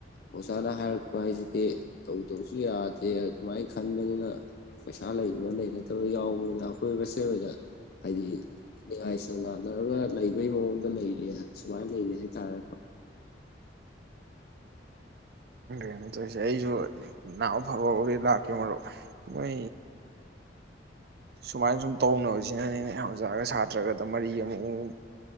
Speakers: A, on the left; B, on the right.
A: ꯑꯣꯖꯥꯅ ꯍꯥꯏꯔꯛꯄ ꯍꯥꯏꯁꯤꯗꯤ ꯇꯧꯗꯕꯁꯨ ꯌꯥꯗꯦ ꯑꯗꯨꯃꯥꯏꯅ ꯈꯟꯕꯅꯤꯅ ꯄꯩꯁꯥ ꯂꯩꯕ ꯂꯩꯅꯗꯕ ꯌꯥꯎꯕꯅꯤꯅ ꯑꯩꯈꯣꯏ ꯃꯁꯦꯜ ꯑꯣꯏꯅ ꯍꯥꯏꯗꯤꯉꯥꯏꯁꯪ ꯂꯅꯔꯒ ꯂꯩꯕꯒꯤ ꯃꯑꯣꯡꯗ ꯂꯩꯔꯤ ꯁꯨꯃꯥꯏꯅ ꯂꯩꯔꯤ ꯍꯥꯏꯇꯥꯔꯦ
B: ꯀꯅ ꯇꯧꯔꯤꯁꯦ ꯑꯩꯁꯨ ꯅꯅꯥꯍꯎ ꯑ ꯐꯕ ꯑꯣꯏꯔꯦ ꯂꯥꯛꯀꯦ ꯃꯔꯨꯞ ꯃꯣꯏ ꯁꯨꯃꯥꯏꯅ ꯁꯨꯝ ꯇꯧꯅꯕꯁꯤꯅꯅꯦꯅꯦ ꯑꯣꯖꯥꯒ ꯁꯥꯇ꯭ꯔꯒꯗ ꯃꯔꯤ ꯑꯃꯨꯛꯨꯛ